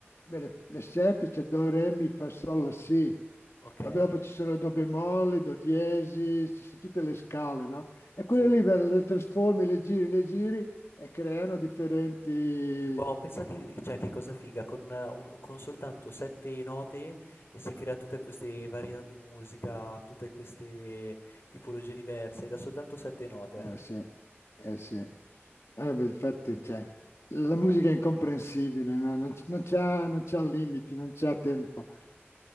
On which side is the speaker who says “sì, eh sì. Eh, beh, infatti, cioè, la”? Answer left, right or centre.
Left